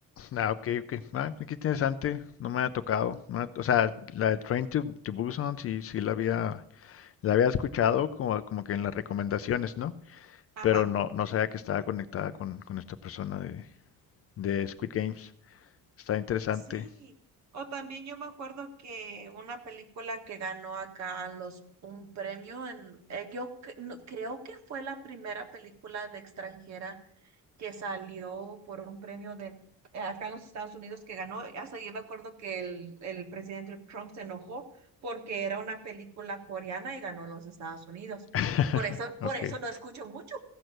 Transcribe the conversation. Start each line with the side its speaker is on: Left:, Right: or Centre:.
Left: Ah, ok, ok. Ah, qué interesante. No me ha tocado. no me ha- o sea, la de Train to, to Busan sí, sí la había, la había escuchado como, como que en las recomendaciones, ¿no?
Right: Ajá.
Left: Pero no, no sabía que estaba conectada con, con esta persona de, de Squid Games. Está interesante.
Right: Sí. O también yo me acuerdo que una película que ganó acá los un premio en eh, yo cre- no- creo que fue la primera película de extranjera que salió por un premio de eh, acá en los Estados Unidos que ganó. Hasta yo me acuerdo que el, el presidente Trump se enojó porque era una película coreana y ganó en los Estados Unidos.
Left: <laughs>
Right: Por eso, por
Left: Ok,
Right: eso no escucho mucho,